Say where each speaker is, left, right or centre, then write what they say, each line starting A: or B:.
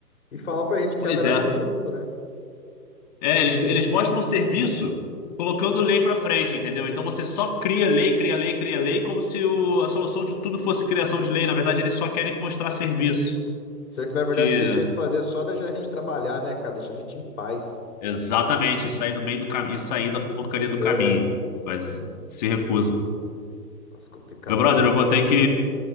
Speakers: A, on the left; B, on the left.
A: e falam pra gente que
B: pois
A: é a melhor
B: é.
A: coisa do mundo, né?
B: É, eles, eles mostram o serviço colocando lei pra frente, entendeu? Então você só cria lei, cria lei, cria lei, como se o- a solução de tudo fosse criação de lei. Na verdade, eles só querem mostrar serviço.
A: Será que na verdade
B: Que
A: o que eles tinham que fazer é só deixar a gente trabalhar, né, cara? Deixar a gente em paz.
B: exatamente, sair no meio do caminho, sair da porcaria do
A: É,
B: caminho. Mas se recusa.
A: nossa, complicado
B: Meu brother,
A: demais.
B: eu vou ter que,